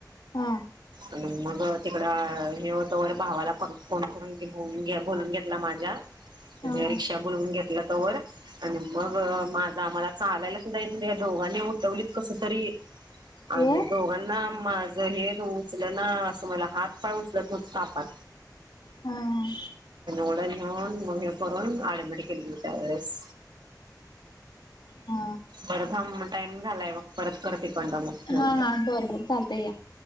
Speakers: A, on the left; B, on the right.
A: हा.
B: आणि मग तिकडं हे होतं वर भावाला परत फोन करून बोल बोलून घेतला माझ्या.
A: हा.
B: आणि रीक्षा बोलून घेतली. घेतला तवर आणि मग माझा आम्हाला चालायला सुद्धा येत नाही दोघांनी उठ''--'' ठेवलीत कस तरी
A: होय
B: आनल दोघांनी. ना माझं हे उचल ना असं मला हात पाय उचल तो तापात.
A: हां.
B: वड घेऊन मह करून आडबडी केले हो त्यावेळेस
A: हा
B: बर थांब म टाईम झालाय बघ परत करते कंड मग ठेवून
A: हा हा बर बर चालतय या